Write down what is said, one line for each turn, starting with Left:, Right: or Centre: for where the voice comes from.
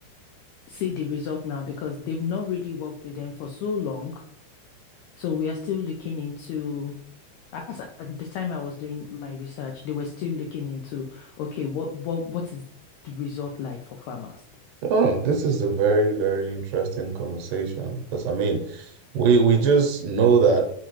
Left: see the result now because they've not really worked with them for so long. So we are still looking into as at the time I was doing my research, they were still looking into, okay, what what what is the result like for farmers?
Right: Oh, this is a very, very interesting conversation because I mean, we we just know that